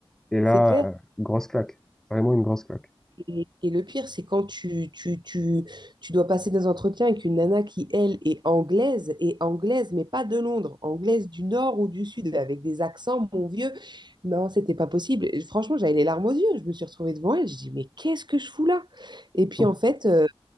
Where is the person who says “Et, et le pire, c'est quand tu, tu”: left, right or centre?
Right